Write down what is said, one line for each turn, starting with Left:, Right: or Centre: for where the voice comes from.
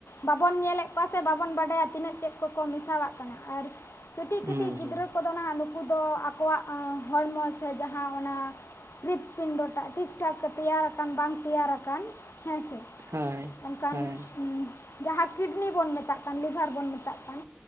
Left: ᱵᱟᱵᱚᱱ ᱧᱮᱞᱮᱫ ᱠᱚᱣᱟ ᱥᱮ ᱵᱟᱵᱚᱱ ᱵᱟᱰᱟᱭᱟ ᱛᱤᱱᱟᱹᱜ ᱪᱮᱫ ᱠᱚᱠᱚ ᱢᱮᱥᱟᱣᱟᱜ ᱠᱟᱱᱟ, ᱟᱨ ᱠᱟᱹᱴᱤᱡᱼᱠᱟᱹᱴᱤᱡ
Right: ᱦᱩᱸ
Left: ᱜᱤᱫᱽᱨᱟᱹ
Right: ᱦᱩᱸ
Left: ᱠᱚᱫᱚ ᱱᱟᱦᱟᱜ ᱱᱩᱠᱩ ᱫᱚ ᱟᱠᱚᱣᱟᱜ ᱦᱚᱲᱢᱚ ᱥᱮ ᱡᱟᱦᱟᱸ ᱚᱱᱟ ᱦᱨᱤᱛ ᱯᱤᱱᱰᱚ ᱴᱟᱜ ᱴᱷᱤᱠ ᱴᱷᱟᱠ ᱛᱮᱭᱟᱨ ᱟᱠᱟᱱ ᱵᱟᱝ ᱛᱮᱭᱟᱨᱟᱠᱟᱱ᱾ ᱦᱮᱸ ᱥᱮ
Right: ᱦᱳᱭ
Left: ᱮᱱᱠᱦᱟᱱ
Right: ᱦᱳᱭ
Left: ᱩᱸ ᱡᱟᱦᱟᱸ ᱠᱤᱰᱱᱤ ᱵᱚᱱ ᱢᱮᱛᱟᱜ ᱠᱟᱱ ᱞᱤᱵᱷᱟᱨ ᱵᱚᱱ ᱢᱮᱛᱟᱜ ᱠᱟᱱ